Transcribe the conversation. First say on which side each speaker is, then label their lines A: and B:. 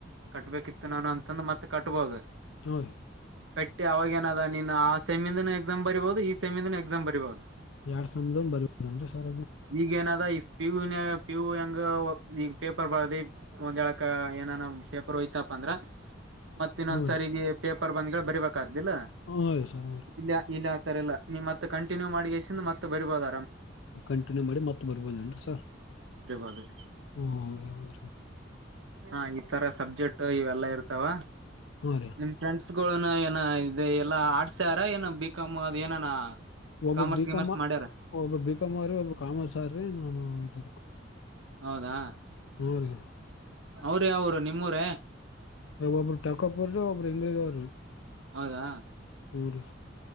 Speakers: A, on the right (about 80°); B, on the left (about 80°).
A: ಕಟ್ಬೇಕಿತ್ತು ನಾನು ಅಂತಂದ ಮತ್ತ ಕಟ್ಬಹದು
B: ಹ್ಞೂ ರೀ
A: ಹ ಅವಾಗೇಏನದ ನೀನ್ ಆ ಸೆಮಿಂದ ಎಕ್ಸಾಮ್ ಬರಬಹುದು ಈ ಸೆಮಿಂದಿನ ಎಕ್ಸಾಮ್ ಬರೀ ಬಹುದ
B: ಎರಡ ಸೆಮದ ಬರಿಬಹುದ ಸರ
A: ಈಗ ಏನದ ಈಗ ಪಿ ಯ ಪಿ ಯು ಹೆಂಗ ಈಗ ಪೇಪರ್ ಬರದಿ ಒಂದ್ ಎಳಕ್ ಏನಾನ ಪೇಪರ್ ಹೋಯ್ತಪ್ಪ ಅಂದ್ರ ಮತ್ತ ಇನ್ನೊಂದ್
B: ಹ್ಞೂ
A: ಸರಿಗೆ
B: ರೀ
A: ಪೇ ಪ್ರಬಂಧಗಳು ಬರಬೇಕೆ ಇಲ್ಲ
B: ಹ್ಞೂ ರೀ ಸರ್ ಹ್ಞೂ ರೀ
A: ಇಲ್ಲ ಇಲ್ಲ ರಲ್ಲ ನಿಮ್ಮ ಕಂಟಿನ್ಯೂ ಮಾಡಿತ್ತೆ ಬರಬಹದ
B: ಕಂಟಿನ್ಯೂ ಮಾಡಿ ಮತ್ತೆ ಬರ್ಬೋದೇನ್ರ ಸರ್
A: ಅದು
B: ಹ್ಮ ಹೌದ್ರೀ
A: ಹಾ ಈ ತರ ಸಬ್ಜೆಕ್ಟ್ ಇವೆಲ್ಲಾ ಇರ್ತಾವ
B: ಹ್ಞೂ ರೀ
A: ಇನ್ಫ್ಲನ್ಸ್ ಗಳನ ಏನ ಇ ಎಲ್ಲಾ ಆಡ್ಸ್ಯಾರ ಏನ ಬಿಕಾಮ್ ಅದ ಏನಾನ
B: ಒಬ್ಬ
A: ಕಾಮರ್ಸ್
B: ಬಿಕಮ್ಮ
A: ಗಿಮರ್ಸ್ ಮಾಡ್ಯಾರ
B: ಒಬ್ಬ ಬಿಕಮ್ಮ್ರೀ ಒಬ್ ಕಾಮಸ್ಾರ್ರಿ ನಾನು ಉಂಟಿ
A: ಹೌದಾ
B: ಹ ರೀ
A: ಅವ್ರ ಯಾವರು ನಿಮೂರ
B: ಎ ಬಬರ ಟಕ ಪರ ಅವರು ಹೆಂಗಗ ಅವ
A: ಹೌದಾ
B: ಮೂರು